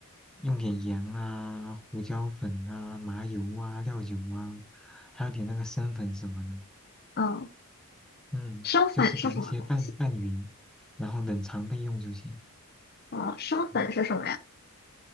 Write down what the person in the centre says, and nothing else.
用点盐啊、胡椒粉啊、麻油啊、料酒啊，还有点那个生粉什么的。
嗯，
就是把这些拌拌匀，然后冷藏备用就行。
嗯，